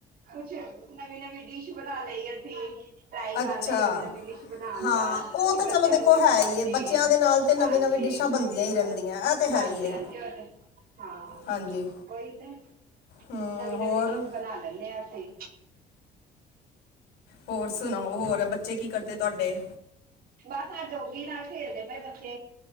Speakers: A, on the right; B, on the left.
A: ਕੁਛ ਨਵੀਂ ਨਵੀਂ ਡਿਸ਼ ਬਣਾ ਲਈ ਅਸੀ। ਟਰਾਈ
B: ਅੱਛਾ
A: ਕਰ ਲਈ ਨਵੀਂ ਨਵੀਂ ਡਿਸ਼ ਬਨਾਣ
B: ਹਾਂ
A: ਦਾ
B: ਉਹ
A: ਤੇ
B: ਤਾਂ
A: ਬੱਚਿਆਂ
B: ਚਲੋ ਦੇਖੋ
A: ਨੂੰ ਵੀ
B: ਹੈ
A: ਖਵਾ
B: ਹੀ ਹੈ
A: ਤੀ,
B: ਬੱਚਿਆਂ ਦੇ ਨਾਲ ਤੇ ਨਵੀਂ
A: ਹਾਂਜੀ।
B: ਨਵੀਂ
A: ਜੀ।
B: ਡਿਸ਼ਾਂ
A: ਹਾਂਜੀ
B: ਬਣਦੀਆਂ ਹੀ ਰਹਿੰਦੀਆਂ ਇਹ ਤੇ ਹੈ
A: ਹਾਂਜੀ
B: ਹੀ ਹੈ
A: ਉਹ ਤੇ। ਹਾਂ
B: ਹਾਂਜੀ
A: ਓਹੀ ਤੇ ਨਵੀਂ
B: ਹਮ ਹੋਰ
A: ਨਵੀਂ ਡਿਸ਼ ਬਣਾ ਲੈਂਨੇ ਆ ਅਸੀ।
B: ਹੋਰ ਸੁਣਾਓ। ਹੋਰ ਅ ਬੱਚੇ ਕੀ ਕਰਦੇ ਤੁਆਡੇ?
A: ਬਸ ਆ ਡੋਗੀ ਨਾਲ ਖੇਲਦੇ ਪਏ ਬੱਚੇ।